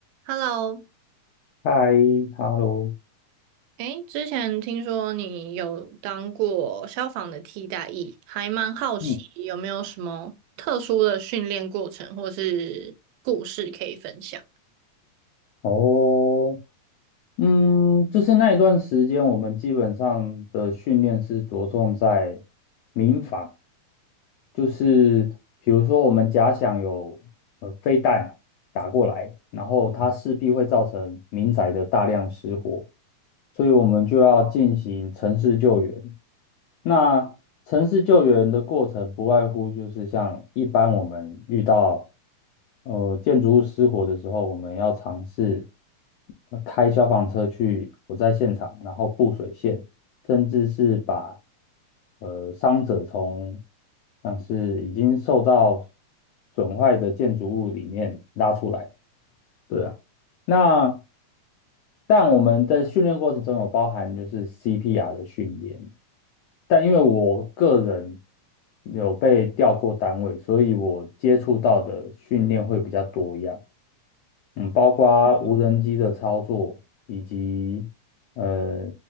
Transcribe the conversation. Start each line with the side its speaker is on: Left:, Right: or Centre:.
Right: Hello，
Left: 嗨，hello，
Right: 哎，之前听说你有当过消防的替代役，还蛮好奇有没有什么特殊的训练过程或是故事可以分享？
Left: 嗯，哦，嗯，就是那一段时间，我们基本上的训练是着重在民法，就是比如说我们假想有呃飞弹打过来，然后它势必会造成民宅的大量失火，所以我们就要进行城市救援，那城市救援的过程不外乎就是像一般我们遇到呃建筑物失火的时候，我们要尝试呃开消防车去火灾现场，然后布水线，甚至是把呃伤者从像是已经受到损坏的建筑物里面拉出来。对啊，那但我们在训练过程中有包含就是 CPR 的训练，但因为我个人有被调过单位，所以我接触到的训练会比较多样，嗯，包括无人机的操作以及呃